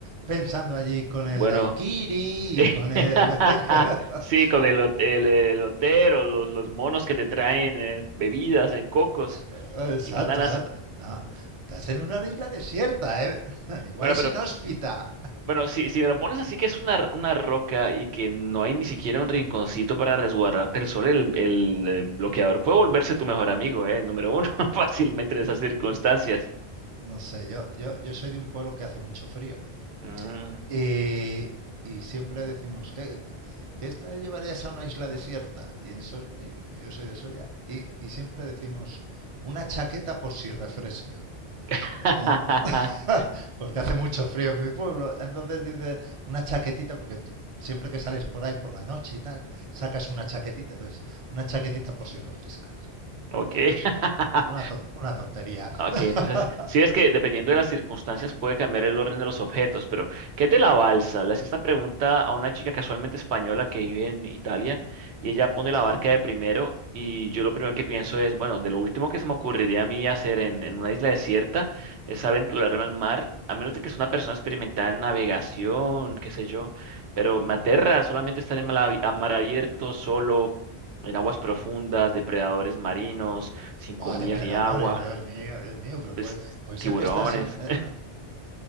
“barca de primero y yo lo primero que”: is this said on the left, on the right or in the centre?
Right